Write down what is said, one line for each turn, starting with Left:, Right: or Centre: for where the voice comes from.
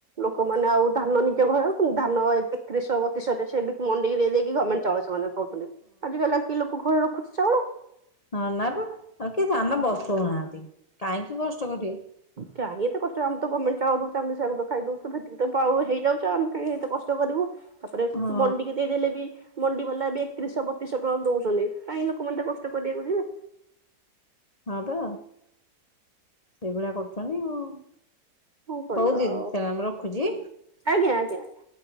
Right: ଲୋକମାନେ ଆଉ ଧାନ ନିଜ ଘହ ଧାନ ଏକତିରିଶ ବତିଶରେ ସେ ମଣ୍ଡି ଦେଇକି ଗଭର୍ଣ୍ଣମେଣ୍ଟ ଚାଉଳ ସେମାନେ କହୁଛନ୍ତି, ଆଜିକାଲି କିଏ ଲୋକ ଘରେ ରଖୁଛି ଚାଉଳ?
Left: ହ ନା ବା କିଏ ଧାନ ବସଉନାହାନ୍ତି, କାହିଁକି କଷ୍ଟ କରିବେ?
Right: କାଇଁ ଏତେ କଷ୍ଟ ଆମର ତ ଗମେଣ୍ଟ ଚାଉଳ ଦଉଛି, ଆମେ ସେୟାକୁ ତ ଖାଇଦଉଛୁ <inaudible> ହେଇଯାଉଛି ଆମେ କାଇଁ ଏତେ କଷ୍ଟ କରିବୁ? ତାପରେ
Left: ହଁ
Right: ମଣ୍ଡିିକି ଦେଇଦେଲେ ବି ମଣ୍ଡି ବାଲା ବି ଏକତିରିଶ ବତିଶହ ଟଙ୍କା ଦଉଛନ୍ତି, କାଇଁ ଲୋକମାନେ ଏତେ କଷ୍ଟ କରିବାକୁ ଯିବେ?
Left: ହଁପା, ସେଇଭଳିଆ କରୁଛନ୍ତି ଆଉ
Right: କଣ କରିବା
Left: ହଉ ଦିଦି
Right: ଆଉ
Left: ମୁଁ ରଖୁଛି।
Right: ଆଜ୍ଞା ଆଜ୍ଞା ଆଜ୍ଞା।